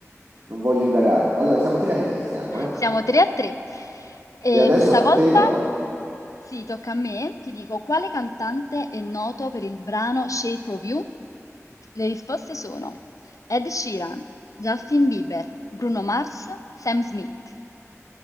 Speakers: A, on the right; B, on the left.
A: non voglio indagare. Allora, siamo 3 a 3, siamo, eh.
B: Siamo 3 a 3 e
A: E adesso
B: questa
A: a
B: volta
A: te la domanda.
B: sì, tocca a me. Ti dico quale cantante è noto per il brano Shape of You? Le risposte sono Ed Sheeran, Justin Bieber, Bruno Mars, Sam Smith.